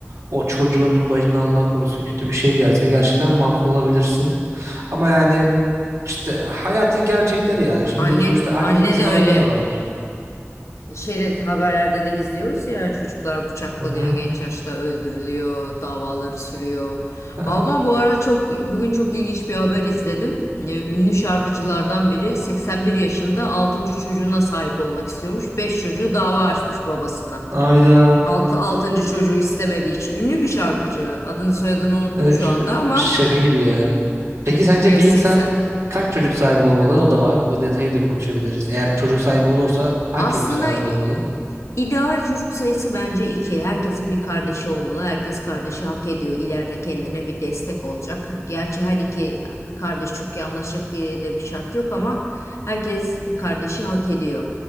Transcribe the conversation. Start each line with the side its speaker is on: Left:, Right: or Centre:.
Right: O çocuğunun başına Allah korusun kötü bir şey gelse gerçekten mahvolabilirsin. Ama yani işte hayatın gerçekleri ya. Şimdi
Left: Anne,
Right: sonuçta annemiz
Left: anne de
Right: babamız
Left: öyle
Right: var.
Left: Şeyde haberlerde de izliyoruz ya çocuklar bıçaklanıyor,
Right: Hı hı.
Left: genç yaşta öldürülüyor, davaları sürüyor.
Right: Aa,
Left: Ama bu ara çok bugün çok ilginç bir haber izledim. Ee, Ünlü şarkıcılardan biri 81 yaşında altıncı çocuğuna sahip olmak istiyormuş. beş çocuğu dava açmış babasına.
Right: Ayda.
Left: altı altıncı çocuğu istemediği için ünlü bir şarkıcı. Adını soyadını unuttum
Right: Ee,
Left: şu
Right: ş-
Left: anda ama
Right: Şaka gibi ya. Peki sence
Left: ya
Right: bir
Left: 80
Right: insan kaç çocuk sahibi olmalı? O da var. O detayı da konuşabiliriz. Eğer çocuk sahibi olursa kaç
Left: Aslında
Right: çocuk sahibi
Left: e,
Right: olmalı?
Left: ideal çocuk sayısı bence iki. Herkesin bir kardeşi olmalı. Herkes kardeşi hak ediyor. İleride kendine bir destek olacak. Gerçi her iki kardeş çok iyi anlaşacak diye de bir şart yok ama herkes bir kardeşi hak ediyor.